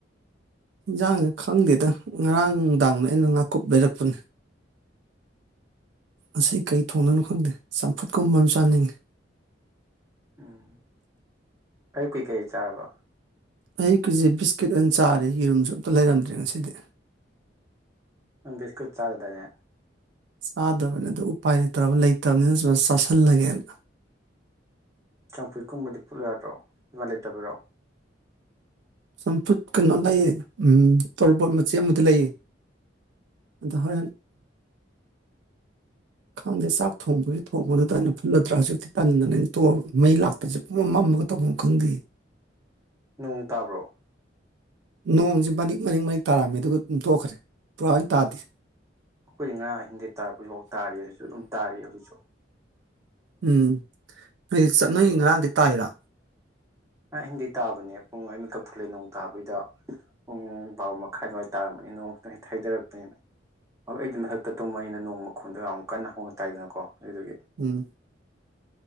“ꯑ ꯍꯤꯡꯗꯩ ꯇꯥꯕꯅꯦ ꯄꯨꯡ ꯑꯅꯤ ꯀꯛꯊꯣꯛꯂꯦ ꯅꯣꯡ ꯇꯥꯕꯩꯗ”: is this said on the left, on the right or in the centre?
Right